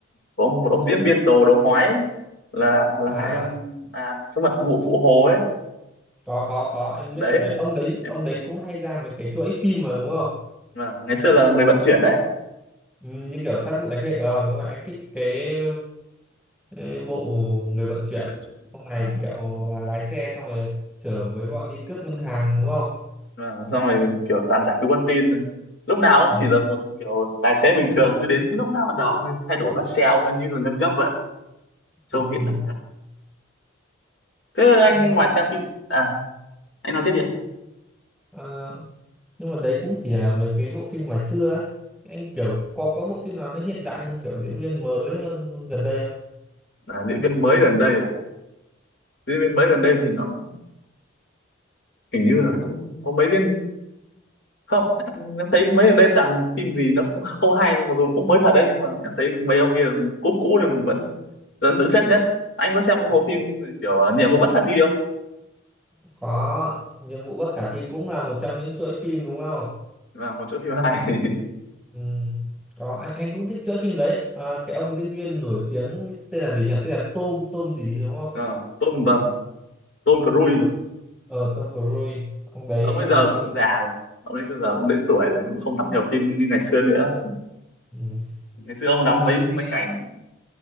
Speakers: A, on the left; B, in the centre.
A: của ông một ông diễn viên đồ đồ hói ấy, là là
B: À,
A: hai em à cái mật vụ phụ hồ ấy
B: có có có, anh
A: đấy
B: biết phim đấy. Ông đấy
A: em
B: ông đấy cũng hay ra mấy cái chuỗi phim mà đúng không?
A: mà ngày xưa là người vận chuyển đấy
B: Ừ, như kiểu sát vụ đánh thuê ờ đúng rồi anh thích cái ờ, bộ người vận chuyển
A: người vận chuyển
B: hôm nay
A: vâng.
B: kiểu là lái xe xong rồi chở mấy bọn đi cướp ngân hàng đúng không
A: Vâng, xong rồi kiểu toàn giải cứu con tin này lúc nào cũng
B: ừ,
A: chỉ là một kiểu tài xế bình thường cho đến cái lúc nào bắt đầu ông thay đổi vắt xeo mới như là nâng cấp vậy trông
B: ừ.
A: hiện đại thật. thế là anh
B: nhưng mà
A: ngoài xem phim à anh nói tiếp đi ạ
B: ờ, nhưng mà đấy cũng chỉ là mấy cái bộ phim ngoài xưa ấy anh kiểu có có bộ phim nào nó hiện đại hơn kiểu diễn viên mới hơn gần đây không
A: à, diễn viên mới gần đây diễn viên mới gần đây thì nó hình như là cũng có mấy diễn không em, em thấy mấy gần đây toàn phim gì nó cũng không hay mặc dù cũng mới thật đấy nhưng mà em thấy mấy ông kia cũ cũ thì vẫn vẫn giữ chất nhất anh có xem cái bộ
B: ừ,
A: phim kiểu là nhiệm vụ bất khả thi không
B: có nhiệm vụ bất khả thi cũng là một trong những chuỗi phim đúng không
A: là một chỗ phim hay <laughs>
B: Ừ, có anh anh cũng thích chơi phim đấy à, cái ông diễn viên nổi tiếng tên là gì nhỉ tên là Tom Tom gì đúng không
A: Ờ, Tom vâng Tom Cruise
B: ờ ờ, Tom Cruise ông đấy
A: ông bây
B: đóng
A: giờ
B: phim
A: cũng già rồi ông ấy bây giờ cũng đến tuổi rồi cũng không đóng nhiều phim như ngày xưa nữa
B: ừ.
A: ngày xưa ông đóng
B: nhưng mà
A: mấy
B: nghe
A: mấy cảnh